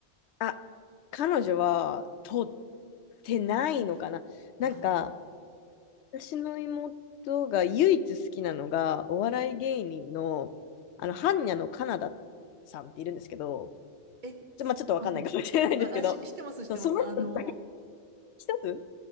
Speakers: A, on the left; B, on the right.
A: あ、彼女は取ってないのかな。なんか、
B: あ
A: 私の妹が唯一好きなのが、お笑い芸人の、
B: あー、はい。
A: あの、般若のカナダさんっているんですけど、
B: え、
A: ちょ、
B: すうん。
A: まあ、ちょっとわかんないかもしれないんですけど、
B: あ、あ、し、してます、してます。
A: そう、その人だけ
B: あの、
A: 一つ、